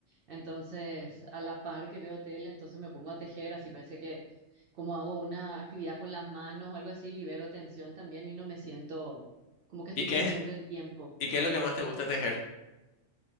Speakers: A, on the right; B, on the left.
A: Entonces, a la par que veo tele, entonces me pongo a tejer, así parece que como hago una actividad con las manos o algo así, libero tensión también y no me siento como que estoy
B: ¿Y qué
A: perdiendo
B: es,
A: el tiempo.
B: y qué es lo que más te gusta tejer?